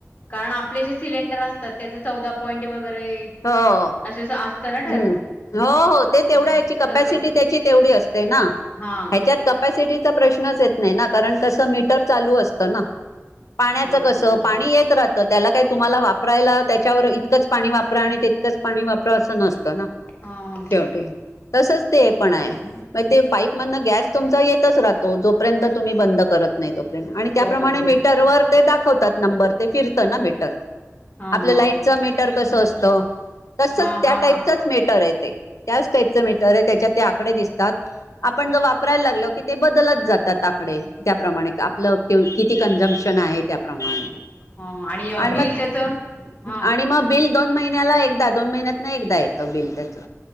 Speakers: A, on the left; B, on the left.
A: कारण आपले जे सिलेंडर असतात त्याचे चौदा पॉईंट वगैरे
B: हो
A: <unintelligible> असतना.
B: हम्म हो हो ते तेवढ्या याची कपॅसिटी
A: तस
B: त्याची तेवढी असते ना.
A: हा
B: ह्याच्यात कपसिटीचा प्रश्नच येत नाही ना. कारण कसं मीटर चालू असतं ना. पाण्याचं
A: हो
B: कसं
A: हो हो
B: पाणी येत राहतं. त्याला काय तुम्हाला वापरायला त्याच्यावर इतकंच पाणी वापर वापरा आणि तितकंच पाणी वापर असं नसतं ना
A: हा
B: शेवटी. तसंच ते पण आहे. मग ते पाईप मदन गॅस तुमचा येतच राहत जोपर्यंत तुम्ही बंद करत नाही तोपर्यंत. आणि त्याप्रमाणे
A: तोपर्यंत
B: मीटरवरा दाखवतात नंबर, ते फिरत ना मी,
A: हा
B: आपल्या
A: हा
B: लाईटच मीटर कसं असत? तसच
A: हा
B: त्या
A: हा
B: टाईपचंच
A: हा
B: मेटर आहे ते, त्याच टाईपचं मीटर आहे त्याच्यात ते आकडे दिसतात. आपण जो वापरायला लागलो की, ते बदलत जातात आकडे त्याप्रमाणे, आपलं किती कन्झम्पशन आहे त्या प्रमाणे
A: हा हा
B: आणि
A: बिल
B: मग,
A: त्याच हा
B: आणि मग बिल दोन महिन्याला एकदा, दोन महिन्यात ना एकदा येतं बिल त्याचं.